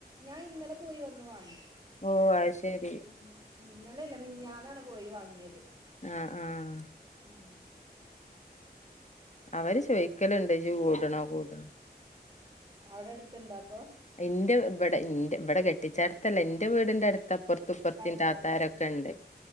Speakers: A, on the right; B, on the left.
A: ഞാൻ ഇന്നലെ പോയി വന്ന് വാങ്ങി
B: ഓഹ് അത് ശെരി
A: ഉ ഇന്നലെല്ല മിഞ്ഞ ാണ് പോയി വങ്ങിയത്
B: ആഹ് ആഹ്
A: ആഹ
B: അവര് വെഹിക്കൽിണ്ട്
A: പോയി
B: കൂടണോ കൂട പട്ട
A: അവിടെ എടുത്തണ്ടോ അപ്പൊ
B: എന്റെ ഇവിടെ ഇവിടെ കെട്ടിച്ചടുത്തല്ല എറെ വീടിന്റെ അടുത്ത് തപ്പുറത്ത്ുപ്പുറത്തി
A: അടുത്തുണ്ട്
B: താത്താരൊക്കെ ഉണ്ട്